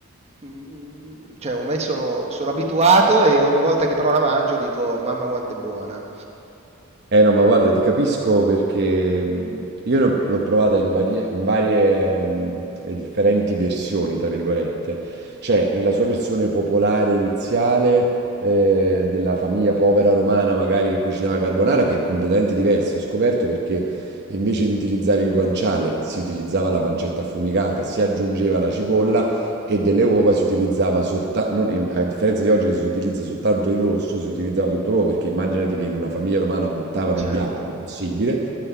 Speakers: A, on the right; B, on the right.
A: mm, cioè ormai sono, sono abituato e ogni volta che però la mangio dico, mamma quanto è buona.
B: Eh no, ma guarda, ti capisco perché mh, io ne ho- l'ho provata in varie, in varie, mh, e differenti versioni, tra virgolette. Cioè, nella sua versione popolare iniziale, eh, della famiglia povera romana, magari che cucinava carbonara, che è completamente diverso. Ho scoperto perché invece di utilizzare il guanciale si utilizzava la pancetta affumicata, si aggiungeva la cipolla e delle uova si utilizzava soltanto, a differenza di oggi che si utilizza soltanto il rosso, si utilizzava tutto l'uovo perché immaginati che in una famiglia romana buttavano il
A: Certo,
B: bianco, impossibile.